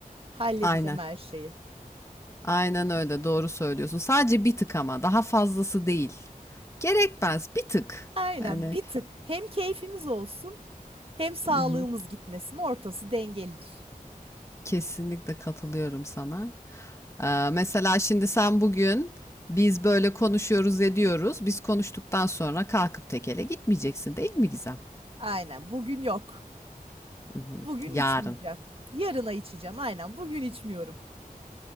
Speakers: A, on the right (about 40°); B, on the left (about 20°).
A: halledeceğim
B: Aynen.
A: her şeyi.
B: Aynen öyle, doğru söylüyorsun. Sadece bir tık ama daha fazlası değil. Gerekmez, bir tık.
A: Aynen
B: Hani
A: bir tık hem keyfimiz olsun hem sağlığımız
B: hı hı,
A: gitmesin ortası dengelidir.
B: kesinlikle katılıyorum sana. Ee, mesela şimdi sen bugün biz böyle konuşuyoruz ediyoruz. Biz konuştuktan sonra kalkıp tekele gitmeyeceksin değil mi Gizem?
A: Aynen bugün yok.
B: Hı hı,
A: Bugün
B: yarın.
A: içmeyeceğim. Yarına içeceğim aynen bugün içmiyorum.